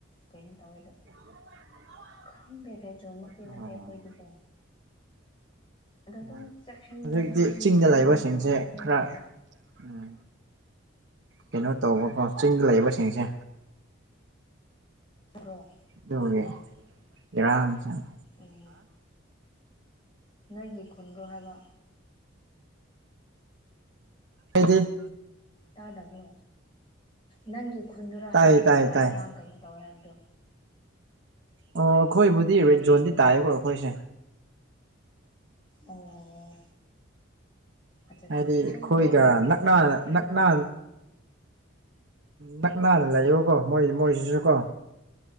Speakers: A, on the left; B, on the right.
A: ꯀꯩꯅꯣ ꯇꯧꯋꯦꯗꯣ
B: <unintelligible>
A: ꯈꯪꯗꯦ ꯔꯦꯗꯖꯣꯟꯃꯛꯇꯤ
B: ꯑꯣ
A: ꯅꯠꯇꯦ ꯑꯩꯈꯣꯏꯗꯤꯀꯣ ꯑꯗꯣ ꯑꯗꯨꯝ
B: ꯎꯪ
A: ꯆꯦꯛꯁꯤꯟꯕꯗꯤ
B: ꯍꯧꯖꯤꯛꯇꯤ
A: ꯑꯗꯨꯝ
B: ꯆꯤꯡꯗ
A: ꯆꯦꯛꯁꯤꯟ
B: ꯂꯩꯕꯁꯤꯡꯁꯦ
A: ꯊꯧꯔꯥꯡꯗꯤ ꯑꯗꯨꯝ
B: ꯈꯔꯥ
A: ꯇꯧꯋꯦ꯭ꯔꯣ
B: ꯎꯝ ꯀꯩꯅꯣ ꯇꯧꯕꯀꯣ ꯆꯤꯡꯗ ꯂꯩꯕꯁꯤꯡꯁꯦ
A: ꯕ꯭ꯔꯣ
B: ꯑꯗꯨꯒꯒꯤꯦ ꯏꯔꯥꯡꯁꯥꯡ
A: ꯎꯝ ꯅꯣꯏꯒꯤ ꯈꯨꯟꯗ꯭ꯔꯣ ꯍꯥꯏꯕ
B: ꯀꯗꯤ
A: ꯇꯥꯗꯕ꯭ꯔꯣ ꯅꯪꯒꯤ ꯈꯨꯟꯗꯨꯔꯥ
B: ꯇꯥꯏ
A: ꯍꯥꯏꯕꯅꯤꯗ
B: ꯇꯥꯏ
A: ꯈꯔ
B: ꯇꯥꯏ
A: ꯏꯔꯥꯡ ꯀꯩꯅꯣ ꯇꯧꯋꯦ ꯍꯥꯏꯕꯗꯣ
B: ꯑꯣ ꯑꯩꯈꯣꯏꯕꯨꯗꯤ ꯔꯦꯠ ꯖꯣꯟꯗꯤ ꯇꯥꯏꯌꯦꯀꯣ ꯑꯩꯈꯣꯏꯁꯦ
A: ꯑꯣ ꯑꯠꯆꯥ
B: ꯍꯥꯏꯗꯤ
A: ꯆꯥ ꯆꯦꯛꯁꯤꯟꯅ
B: ꯑꯩꯈꯣꯏꯒ
A: ꯂꯩꯌꯣ ꯑꯩꯈꯣꯏ
B: ꯅꯛꯅ
A: ꯂꯣꯏꯅ ꯆꯦꯛꯁꯤꯟꯅ
B: ꯅꯛꯅ
A: ꯂꯩꯁꯦ
B: ꯅꯛꯅꯅ ꯂꯩꯌꯦꯕꯀꯣ ꯃꯣꯏ ꯃꯣꯏꯁꯤꯁꯨ ꯀꯣ